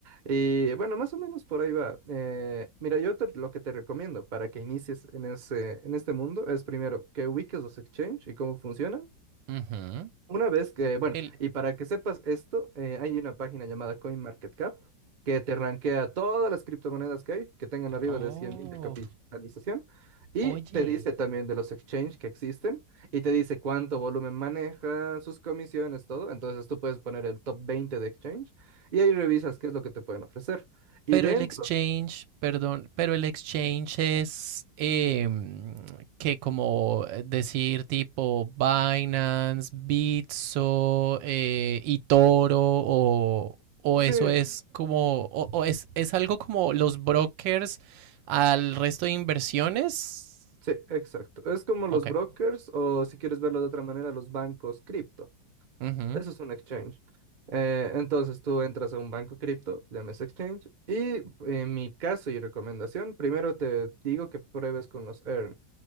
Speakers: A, on the right (about 45°); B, on the right (about 80°).
A: Y bueno, más o menos por ahí va. Eh, mira, yo te- lo que te recomiendo para que inicies en ese, en este mundo es primero que ubiques los exchange y cómo funcionan.
B: Ujú.
A: Una vez que, bueno,
B: El...
A: y para que sepas esto, eh, hay una página llamada CoinMarketCap que te rankea todas las criptomonedas que hay, que tengan arriba
B: Oh,
A: de cien mil de capitalización, y
B: oye,
A: te dice también de los exchanges que existen, y te dice cuánto volumen maneja, sus comisiones, todo. Entonces tú puedes poner el top 20 de exchange y ahí revisas qué es lo que te pueden ofrecer. Y
B: Pero
A: dentro,
B: el exchange, perdón, pero el exchange es em, que como decir tipo Binance, Bitso, eh, eToro o, o
A: sí,
B: eso es como, o, o es, es algo como los brokers al resto de inversiones.
A: sí, exacto. Es como los
B: Ok.
A: brokers o si quieres verlo de otra manera, los bancos cripto.
B: Ujú,
A: Eso es un exchange. Eh, entonces tú entras a un banco cripto, llames exchange, y en mi caso y recomendación, primero te digo que pruebes con los earn.